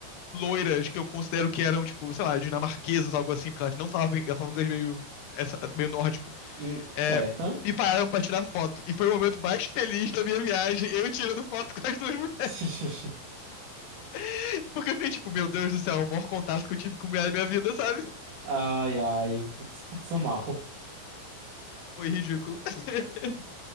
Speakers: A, on the left; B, on the right.
A: loiras que eu considero que eram, tipo, sei lá, dinamarquesas, algo assim, porque elas não falavam, elas falavam inglês meio, essa, meio nórdico.
B: Hum,
A: É,
B: Certo?
A: me pararam pra tirar foto. E foi o momento mais feliz da minha viagem, eu tirando foto com as duas mulheres.
B: <laughs>
A: <laughs> Porque eu fiquei tipo, meu Deus do céu, é o maior contato que eu tive com mulher da minha vida, sabe?
B: Ai, ai, se passo mal.
A: Foi ridículo. <laughs>